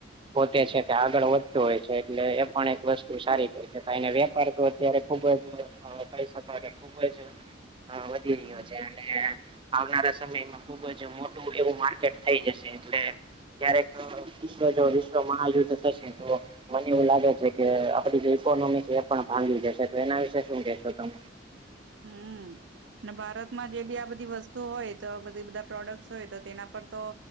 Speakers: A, on the right; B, on the right.
A: પોતે છે તે આગળ વધતું હોય છે એટલે એ પણ એક વસ્તુ સારી કહે છે વેપાર તો અત્યારે ખુબ જ કહી શકો કે ખુબ જ વધી
B: હમ
A: રહ્યો છે એ આવનારા સમયમાં ખુબ જ મોટું એવું માર્કેટ થઈ જશે એટલે ક્યારેક વિશ્વ જો વિશ્વ મહાયુદ્ધ થશે તો મને એવું લાગે છે કે આપડી જે ઇકોનોમી છે એ પણ ભાંગી જશે તો એના વિશે શું કેહેશો તમે
B: હમ અને ભારતમાં જે બી આ બધી વસ્તુ હોય તો બધી બધા પ્રોડક્ટ્સ હોય તો તેના પર તો